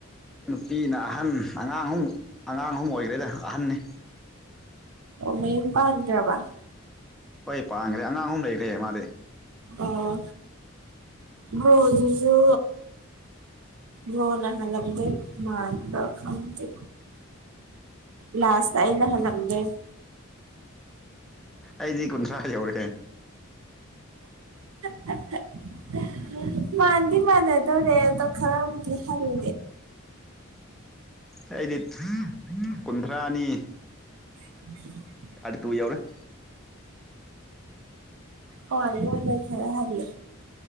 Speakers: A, in the centre; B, on the right.
A: ꯅꯨꯄꯤꯅ ꯑꯍꯟ ꯑꯉꯥꯡ ꯑꯍꯨꯝ ꯑꯉꯥꯡ ꯑꯍꯨꯝ ꯑꯣꯏꯈ꯭ꯔꯦꯗ ꯑꯍꯟꯅꯤ
B: ꯑꯣ ꯃꯌꯨꯝ ꯄꯥꯟꯒ꯭ꯔꯕ
A: ꯍꯣꯏ ꯄꯥꯡꯈ꯭ꯔꯦ ꯑꯉꯥꯡ ꯑꯍꯨꯝ ꯂꯩꯔꯦ ꯃꯥꯗꯤ
B: ꯑꯣ ꯕ꯭ꯔꯣ ꯖꯤꯁꯨ ꯕꯔꯣꯅꯥ ꯍꯜꯂꯝꯗꯧ ꯀꯟꯕꯥ ꯈꯪꯗꯦ ꯂꯥꯁ ꯇꯥ ꯑꯩꯅ ꯍꯥꯜꯂꯝꯗꯣꯢꯅꯦ
A: ꯑꯩꯗꯤ ꯀꯨꯟꯊ꯭ꯔꯥ ꯌꯧꯔꯦ
B: <inaudible> ꯃꯥꯟꯗꯤ ꯃꯥꯅ ꯇꯧꯔꯦ ꯇꯣ ꯈꯔꯕꯨꯗꯤ ꯍꯥꯜꯂꯦ
A: ꯑꯩꯗꯤ ꯀꯨꯟꯊ꯭ꯔꯥꯅꯤ
B: <unintelligible>
A: ꯑ ꯇꯨ ꯌꯥ ꯌꯧꯔꯦ <inaudible>
B: ꯑꯣ ꯑꯩꯉꯣꯡꯗꯒꯤ ꯈꯔ ꯍꯥꯜꯂꯦ